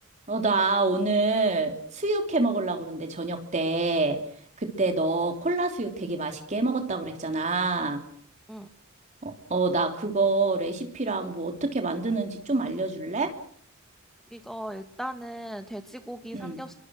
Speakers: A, on the right (about 30°); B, in the centre.
A: 어, 나 오늘 수육 해 먹으려고 그러는데, 저녁 때. 그때 너 콜라 수육 되게 맛있게 해 먹었다고 그랬잖아.
B: 응.
A: 어, 어, 나 그거 레시피랑 뭐 어떻게 만드는지 좀 알려줄래?
B: 이거 일단은 돼지고기
A: 응.
B: 삼겹-